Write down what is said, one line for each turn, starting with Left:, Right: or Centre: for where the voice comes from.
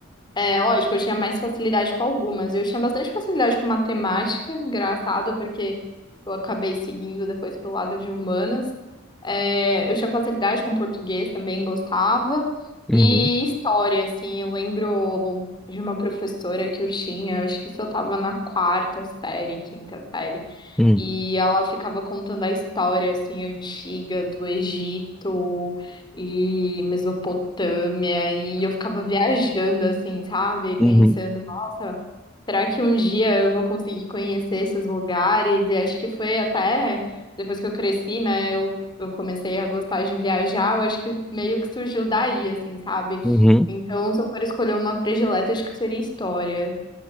Left: É, lógico, eu tinha mais facilidade com algumas. Eu tinha bastante facilidade com matemática, engraçado, porque eu acabei seguindo depois pro lado de humanas. É, eu tinha facilidade com português também, gostava.
Centre: Uhum,
Left: E história, assim, eu lembro de uma professora que eu tinha, acho que isso eu tava na quarta série, quinta série,
Centre: uhum,
Left: e ela ficava contando a história, assim, antiga do Egito e Mesopotâmia, e eu ficava viajando assim, sabe? Pensando,
Centre: uhum,
Left: nossa, será que um dia eu vou conseguir conhecer esses lugares? E acho que foi até depois que eu cresci, né? Eu, eu comecei a gostar de viajar, eu acho que meio que surgiu daí, assim, sabe?
Centre: uhum.
Left: Então, se eu for escolher uma predileta, acho que seria história.